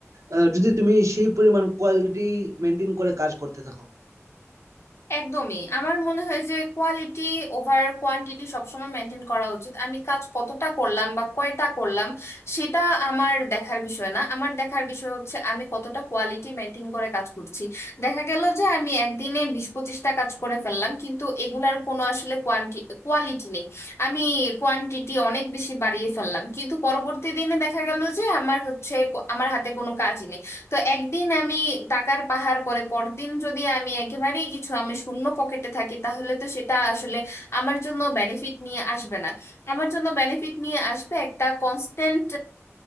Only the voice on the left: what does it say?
একদমই আমার মনে হয় যে কোয়ালিটি ওভার কোয়ান্টিটি সবসময় মেনটেন করা উচিত আমি কাজ কতটা করলাম বা কয়টা করলাম সেটা আমার দেখার বিষয় না আমার দেখার বিষয় হচ্ছে আমি কতটা কোয়ালিটি মেনটেন করে কাজ করছি দেখা গেল যে আমি একদিনে বিশ পঁচিশটা কাজ করে ফেললাম কিন্তু এগুলার কোনো আসলে কোয়ান্টি কোয়ালিটি নেই আমি কোয়ান্টিটি অনেক বেশি বাড়িয়ে ফেললাম কিন্তু পরবর্তী দিনে দেখা গেল যে আমার হচ্ছে আমার হাতে কোনো কাজ নেই তো একদিন আমি টাকার পাহাড় করে পরদিন যদি আমি একেবারেই কিছু আমি শূন্য পকেটে থাকি তাহলে তো সেটা আসলে আমার জন্য বেনিফিট নিয়ে আসবে না আমার জন্য বেনিফিট নিয়ে আসবে একটা কনস্ট্যান্ট